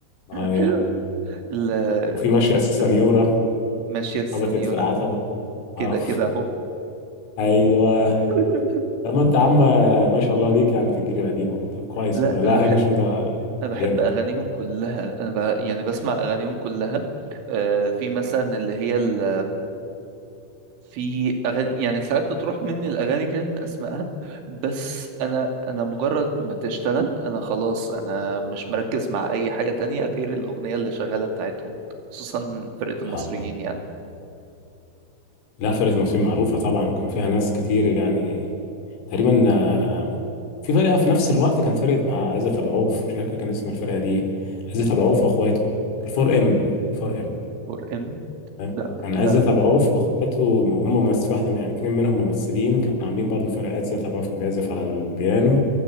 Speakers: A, on the left (about 75°); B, on the right (about 75°).
A: ايوه
B: حلوة ال-
A: وفي ماشيه
B: لما
A: السنيوره
B: تفتكر ماشية السنيورة
A: خبطت في العتبه
B: كده
A: اه
B: كده أهو
A: <laughs> ايوه
B: <laughs>
A: لما انت عم ما شاء الله ليك يعني في الجيل القديم اهو طب كويس
B: لا
A: والله لا
B: انا بحب
A: هاني شنو ده
B: انا بحب
A: جامد
B: اغانيهم كلها انا ب... يعني بسمع اغانيهم كلها آه في مثلا اللي هي ال... في اغاني يعني ساعات بتروح مني الاغاني كده من اسمائها بس انا انا مجرد ما تشتغل انا خلاص انا مش مركز مع اي حاجة تانية غير الاغنية اللي شغالة بتاعتهم خصوصا فرقة المصريين
A: اه
B: يعني
A: لا فرقه مصريين معروفه طبعا وكان فيها ناس كتير يعني تقريبا آه، في فرقه في نفس الوقت كان فرقه مع عزت ابو عوف مش فاكر كان اسم الفرقه دي عزت ابو عوف واخواته الفور ام الفور ام
B: فور ام
A: تمام
B: لا
A: كان
B: لا
A: عزت ابو عوف واخواته هم ممثل واحده من- يعني اتنين منهم ممثلين كانوا عاملين برضو فرقه عزت ابو عوف كان بيعزف على البيانو